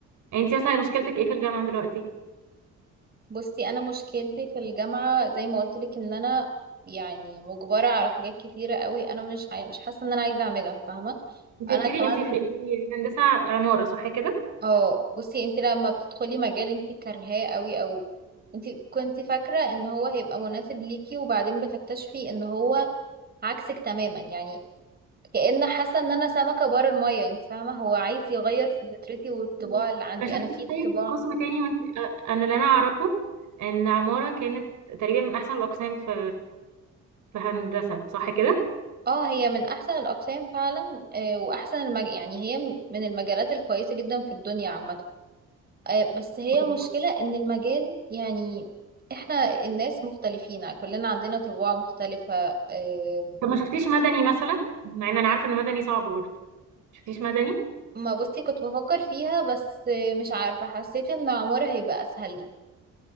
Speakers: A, on the right; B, on the right.
A: انت مثلا مشكلتك ايه في الجامعة دلوقتي
B: بصي انا مشكلتي في الجامعه زي ما قلت لك ان انا يعني مجبره على حاجات كتيره قوي انا مش عاي... مش حاسه ان انا عايزه اعملها فاهمه
A: انت
B: انا
A: قلت
B: كمان
A: لي انت في انت هندسه عماره صح كده
B: اه بصي انت لما بتدخلي مجال انت كارهاه قوي او انت كنت فاكره ان هو هيبقى مناسب ليكي وبعدين بتكتشفي ان هو عكسك تماما يعني كأن حاسه ان انا سمكه بره الميه انت فاهمه هو عايز يغير في فطرتي والطباع
A: مم.
B: اللي عندي
A: ما شفتيش
B: انا في
A: طيب
B: طباع
A: قسم تاني وانت اه، انا اللي انا اعرفه ان عماره كانت تقريبا من احسن الاقسام في في هندسه صح كده
B: اه هي من احسن الاقسام فعلا آه، واحسن المج... يعني هي م- من المجالات الكويسه جدا في الدنيا عامه آه، بس هي
A: مم.
B: المشكله ان المجال يعني احنا الناس مختلفين كلنا عندنا طباع مختلفه آه،
A: طب ما شفتيش مدني مثلا مع ان انا عارفه ان مدني صعب برضه ما شفتيش مدني
B: ما بصي كنت بفكر فيها بس آه، مش عارفه حسيت ان عمارة هيبقى اسهل لي